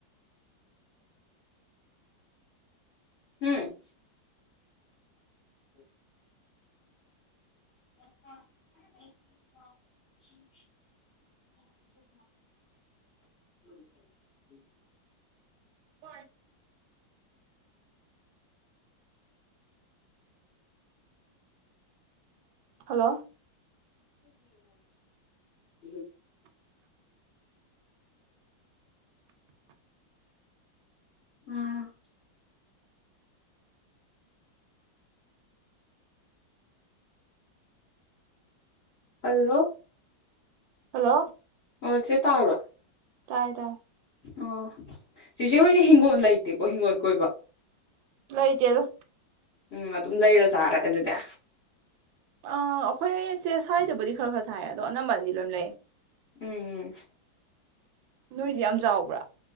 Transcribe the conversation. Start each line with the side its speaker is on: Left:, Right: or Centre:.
Left: ꯍꯨꯝ <unintelligible> <unintelligible>
Right: <unintelligible> ꯍꯜꯂꯣ
Left: <unintelligible> ꯎꯝ ꯍꯜꯂꯣ
Right: ꯍꯜꯂꯣ
Left: ꯑꯣ ꯆꯦ ꯇꯥꯕꯔꯣ
Right: ꯇꯥꯏ ꯇꯥꯏ
Left: ꯑꯣ ꯆꯤꯆꯦ ꯍꯣꯏꯗꯤ ꯍꯤꯡꯒꯣꯜ ꯂꯩꯇꯦꯀꯣ ꯍꯤꯡꯒꯣꯜ ꯀꯣꯏꯕ
Right: ꯂꯩꯇꯦꯗ
Left: ꯎꯝ ꯑꯗꯨꯝ ꯂꯩꯔ ꯆꯥꯔꯦ ꯑꯗꯨꯗꯤ
Right: ꯑ ꯑꯩꯈꯣꯏꯁꯦ ꯁꯥꯏꯖꯗꯕꯨꯗꯤ ꯈꯔ ꯈꯔ ꯊꯥꯏ ꯑꯗꯣ ꯑꯅꯝꯕꯅꯗꯤ ꯂꯣꯢꯝ ꯂꯩ
Left: ꯎꯝ ꯎꯝ
Right: ꯅꯣꯏꯗꯤ ꯌꯥꯝ ꯆꯥꯎꯕ꯭ꯔꯥ